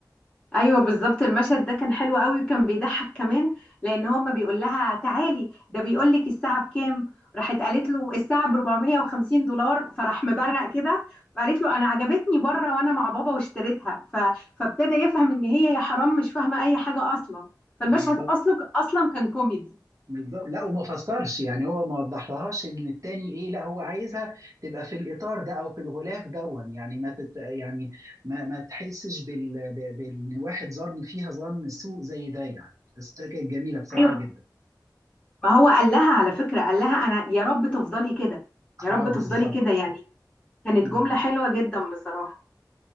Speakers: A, on the left; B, on the right.
A: ايوه بالظبط المشهد ده كان حلو قوي وكان بيضحك كمان لان هو ما بيقول لها تعالي ده بيقول لك الساعه بكام راحت قالت له الساعه ب 450 دولار فراح مبرق كده فقالت له انا عجبتني بره وانا مع بابا واشتريتها ف... فابتدى يفهم ان هي يا حرام مش فاهمه اي حاجه اصلا فالمشهد
B: بالظبط
A: اصلا اصلا كان كوميدي
B: بالظبط لا وما فسرش يعني هو ما وضحلهاش ان التاني ايه لا هو عايزها تبقى في الاطار ده او في الغلاف دون يعني ما تت يعني ما ما تحسش بال ب- بان واحد ظن فيها ظن سوء زي ده يعني بس ده كانت جميله بصراحه
A: ايوه
B: جدا
A: ما هو قال لها على فكره قال لها انا يا رب تفضلي كده يا
B: اه
A: رب
B: بالظبط
A: تفضلي كده يعني كانت
B: مم.
A: جمله حلوه جدا بصراحه